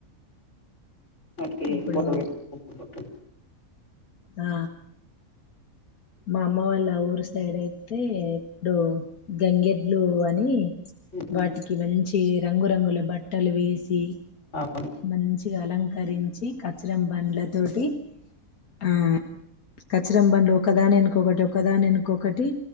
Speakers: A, on the left (about 55°); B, on the left (about 85°).
A: ఆటుకేయి ఎంపోతవు
B: ఇప్పుడు
A: <inaudible>
B: ఆ మా అమ్మ వాళ్ళ ఊర్ అటు సైడ్ అయితే ఇప్పుడు గంగెడ్లు అని
A: ఉమ్
B: వాటికి మంచి ఈ రంగురంగుల బట్టలు వేసి
A: అవును
B: మంచి అలంకరించి కచ్చిరం బండ్ల తోటి ఆ కచ్చరం బండ్లు ఒకదాని వెనుకొకటి ఒకదాని వెనుకొకటి